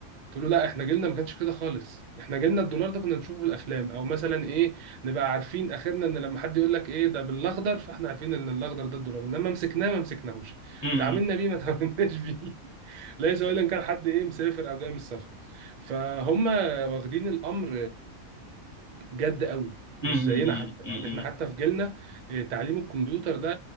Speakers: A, on the right (about 80°); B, on the left (about 25°).
A: قلت له لا احنا جيلنا ما كانش كده خالص احنا جيلنا الدولار ده كنا بنشوفه في الافلام او مثلا ايه نبقى عارفين اخرنا ان لما حد يقول لك ايه ده بالاخضر فاحنا عارفين ان الاخضر ده الدولار انما مسكناه ما مسكناهوش
B: أمم،
A: اتعاملنا بيه ما اتعاملناش بيه <laughs> ليس الا ان كان حد ايه مسافر او جاي من السفر فهم واخدين الامر جد قوي مش
B: أمم،
A: زينا حتى يعني
B: أمم،
A: احنا حتى في جيلنا آه، تعليم الكمبيوتر ده